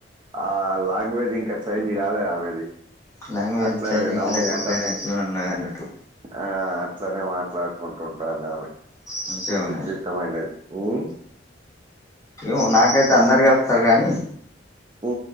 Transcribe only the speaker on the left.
లాంగ్వేజ్
చైంజ్
కాలేదు. అట్లానే ఎట్లనో ఉన్నది అన్నట్టు.
మంచిగా ఉన్నది.
ఏమో నాకైతే అందరూ కలుస్తారు కానీ